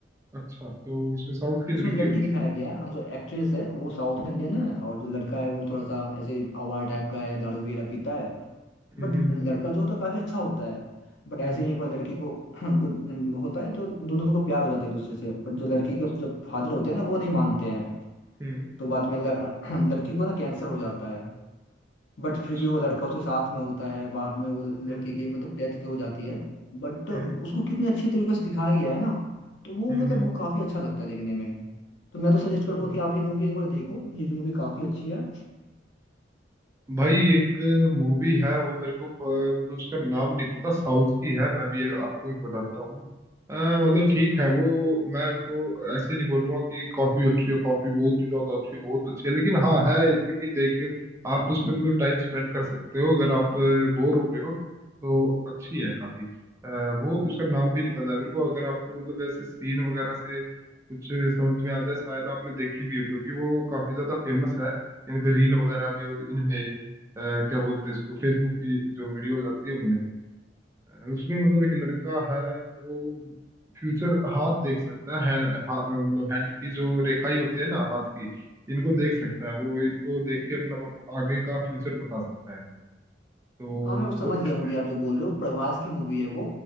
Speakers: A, on the right (about 15°); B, on the left (about 70°).
A: अच्छा तो इसमें साउथ की
B: उसमें
A: लड़की
B: लड़की
A: होती
B: दिखाया
A: है
B: गया है और जो एक्ट्रेस है वो साउथ इंडियन है और जो लड़का है वो थोड़ा सा ऐसे आवारा टाइप का है दारू वगैरह पीता है
A: हम्म
B: बट
A: हम्म
B: लड़का
A: हम्म
B: जो होता है काफी अच्छा होता है बट ऐसे
A: हम्म,
B: ही एक बार लड़की को <clears throat> को न- होता है तो दोनों को प्यार हो जाता है एक दूसरे से बट जो लड़की
A: अच्छा
B: के
A: अच्छा
B: जब फादर होते हैं ना वो नहीं मानते हैं
A: हम्म
B: तो बाद में ल- <clears throat> लड़की को ना कैंसर हो जाता है बट
A: अच्छा
B: फिर भी वो लड़का उसके साथ में होता है बाद में वो लड़की
A: हम्म
B: की मतलब डेथ भी हो जाती है बट
A: हम्म
B: उसको कितने अच्छी तरीके से दिखाया गया है ना तो वो
A: हम्म
B: मतलब
A: हम्म
B: वो काफी अच्छा लगता है देखने में तो मैं तो सजेस्ट
A: अच्छा
B: करूंगा कि आप ये मूवी एक बार देखो ये मूवी काफी अच्छी है
A: भाई एक मूवी है वो मेरे को प- मतलब उसका नाम नहीं पता साउथ की है मैं भी एक- आपको एक बताता हूँ अ, मतलब ठीक है वो मैं उसको ऐसे नहीं बोलूंगा कि कॉफी अच्छी है कॉफी बहुत ही ज्यादा अच्छी है बहुत अच्छी है लेकिन हाँ है ऐसी कि देख के आप उस पर मतलब टाइम स्पेंड कर सकते हो अगर आप बोर हो रहे हो तो अच्छी है काफी अ, वो उसका नाम भी नहीं पता है मेरे को अगर आपको मतलब ऐसे सीन वगैरह से कुछ समझ में आ जाए शायद आपने देखी भी हो क्योंकि वो काफी ज्यादा फेमस है इन पे रील वगैरह में और इनमें अ, क्या बोलते हैं इसको फेसबुक की जो वीडियोज आती है उनमें अ, उसमें मतलब एक लड़का है वो फ्यूचर हाथ देख सकता है हा, मतलब हैंड की जो रेखाएं होती है ना हाथ की इनको देख सकता है वो इनको देख के मतलब अप- आगे का फ्यूचर बता सकता है तो
B: हाँ मैं वो समझ
A: वो
B: गया
A: ऐसे
B: मूवी आप जो बोल रहे हो प्रभास की मूवी है वो